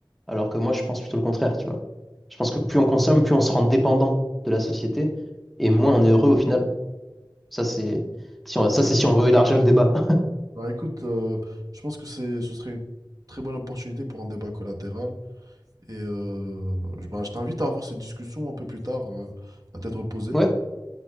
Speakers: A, in the centre; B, on the right.
A: Alors que moi, je pense plutôt le contraire, tu vois. Je pense que plus on consomme, plus on se rend dépendant de la société et moins on est heureux au final. Ça, c'est si on, ça, c'est si on veut élargir le débat. <laughs>
B: Bah écoute, euh, je pense que c'est, ce serait une très bonne opportunité pour un débat collatéral, et euh, je bah, je t'invite à avoir cette discussion un peu plus tard, euh, à tête reposée.
A: Ouais,